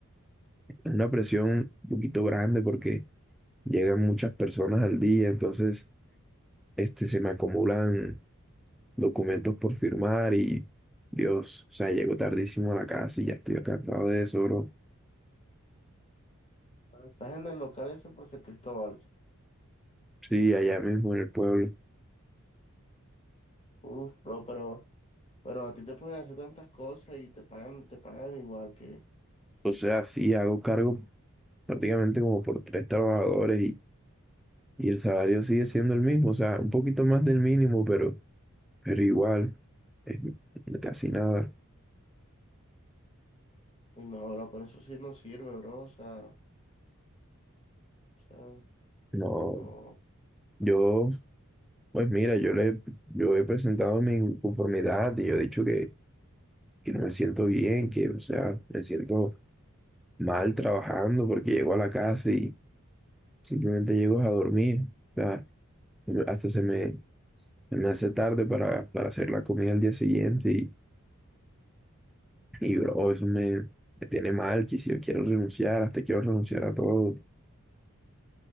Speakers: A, in the centre; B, on the left.
A: es una presión un poquito grande porque... llegan muchas personas al día, entonces este, se me acumulan documentos por firmar y Dios, o sea, llego tardísimo a la casa y ya estoy cansado de eso, bro.
B: Ah, Estás en el local ese por San Cristóbal.
A: Sí, allá mismo en el pueblo.
B: Uf, bro, pero, pero a ti te pueden hacer tantas cosas y te pagan, te pagan igual que.
A: O sea, sí, hago cargo prácticamente como por tres trabajadores y, y el salario sigue siendo el mismo, o sea, un poquito más del mínimo, pero, pero igual, es casi nada.
B: Uy, no, bro, por eso sí no sirve, bro. O sea, o sea,
A: No,
B: no.
A: yo, pues mira, yo le, yo he presentado mi inconformidad y yo he dicho que que no me siento bien, que, o sea, me siento mal trabajando porque llego a la casa y simplemente llego a dormir. O sea, hasta se me, se me hace tarde para, para hacer la comida al día siguiente y, y bro, eso me, me tiene mal, que si yo quiero renunciar, hasta quiero renunciar a todo.